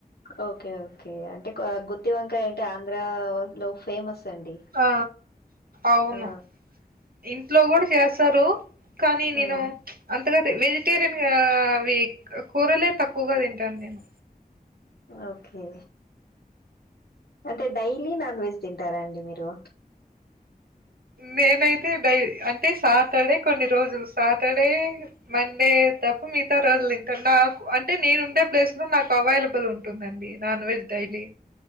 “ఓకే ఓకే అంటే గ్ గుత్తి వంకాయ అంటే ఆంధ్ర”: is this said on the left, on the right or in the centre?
Left